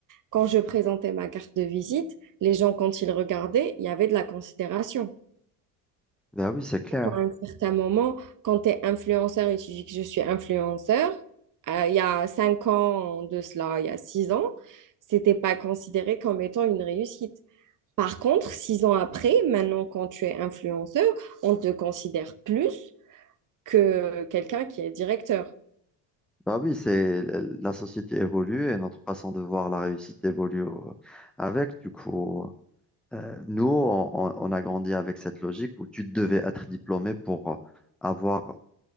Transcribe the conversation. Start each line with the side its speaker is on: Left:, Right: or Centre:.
Right: quand je présentais ma carte de visite, les gens quand ils regardaient, il y avait de la considération
Centre: Ben oui, c'est clair.
Right: à un certain moment, quand tu es influenceur et tu dis que je suis influenceur, euh, il y a cinq ans de cela, il y a six ans, c'était pas considéré comme étant une réussite. Par contre, six ans après, maintenant, quand tu es influenceur, on te considère plus que quelqu'un qui est directeur.
Centre: Bah oui, c'est la société évolue et notre façon de voir la réussite évolue euh, avec. Du coup, euh, nous, on, on- on a grandi avec cette logique où tu devais être diplômé pour avoir,